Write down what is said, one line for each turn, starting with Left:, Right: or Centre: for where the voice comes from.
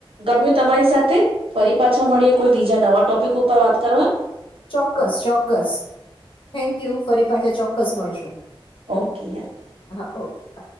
Right: ગમ્યું તમારી સાથે ફરી પાછા મળએ કોઈ બીજા નવા ટોપિક ઉપર વાત કરવા
Left: ચોક્કસ ચોક્કસ થેન્કયુ ફરી પાછા ચોક્કસ મળશું
Right: ઓકે યાર
Left: હા ઓકે બાય